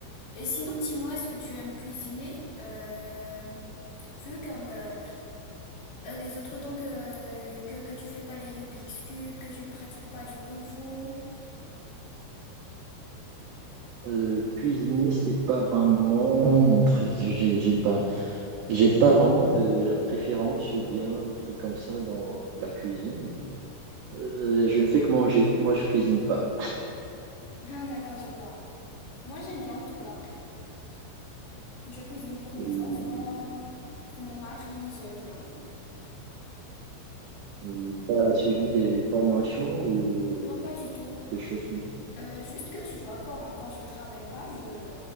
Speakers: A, on the left; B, on the right.
A: Et sinon, dis-moi, est-ce que tu aimes cuisiner? Euh, vu comme euh, les autres temps que, que, que tu fais pas les Rubik's Cube, que tu pratiques pas du Kung Fu.
B: Euh, cuisiner, c'est pas vraiment mon truc. J'ai, j'ai pas, j'ai pas vraiment de la préférence ou bien un truc comme ça dans la cuisine. Euh, je ne fais que manger. Moi, je cuisine pas.
A: Ah, d'accord, je vois. Moi, j'aime bien en tout cas.
B: Et
A: Je cuisine pour mes
B: euh,
A: enfants, pour mon mari, j'aime bien.
B: Et t'as suivi des formations ou
A: Non, pas du tout.
B: des choses comme ça?
A: Euh, juste que tu vois, quand, quand je travaille pas, je, euh,